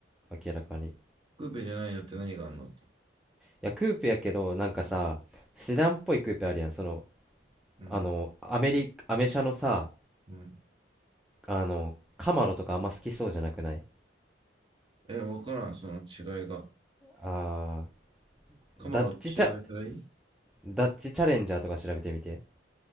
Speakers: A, in the centre; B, on the right (about 25°).
A: 明らかに。い
B: クーペじゃないのって何があんの
A: や、クーペやけど、なんかさ、セダンっぽいクーペあるやん。その、
B: うん。
A: あの、アメリ、アメ車のさ、
B: うん。
A: あの、カマロとかあんま好きそうじゃなくない
B: え、わからん、その違いが。
A: あー、
B: カマロって調べたらいい
A: ダッチチャ、ダッチチャレンジャーとか調べてみて。